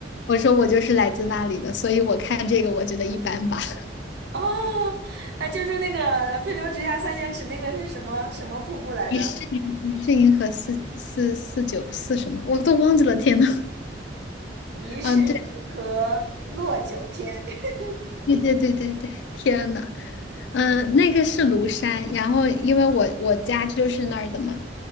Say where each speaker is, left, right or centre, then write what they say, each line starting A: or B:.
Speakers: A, on the left; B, on the right.
A: 我说我就是来自那里的，所以我看这个我觉得一般吧。<laughs>
B: 哦，哎，就是那个“飞流直下三千尺”那个是什么什么瀑布来着？
A: 疑是银疑是银河四四四九四什么我都忘记了，天呐，
B: 疑是银河落九天。
A: 啊，对。
B: <laughs>
A: 对对对对对，天呐，嗯，那个是庐山，然后因为我我家就是那儿的嘛，